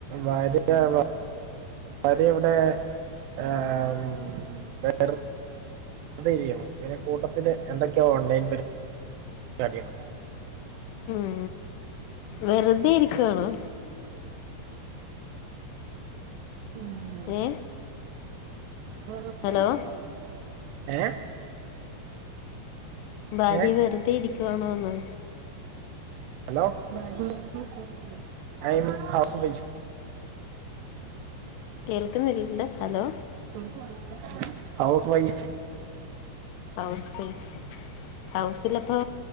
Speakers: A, on the right (about 80°); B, on the left (about 80°).
A: ഭാര്യ ഭ ര്യ ഇവിടെ ഏഹ് വേറെ <unintelligible> ചെയ്യണു പിന്നെ കൂട്ടത്തില് എന്തൊക്കെയോ ഓൺലൈൻ പരി പാടി ആണ്
B: ഉം വെറുതെ ഇരിക്കുവാണോ
A: ആഹ്
B: ഏ
A: വെറുതെ
B: ഹലോ
A: ഇരിക്കുവാണോ ഏഹ്
B: ഭാര്യ
A: ഏ
B: വെറുതെ ഇരിക്കുവാണോന്ന്
A: ഹലോ ഭാര്യ <unintelligible> ഐ മീൻ ഹാഫ് <unintelligible>
B: കേൾക്കുന്നില്ലല്ലോ ഹലോ
A: കേൾക്കുന്നില്ലല്ലോ hello house wife
B: house wife ഹൗസിലപ്പോ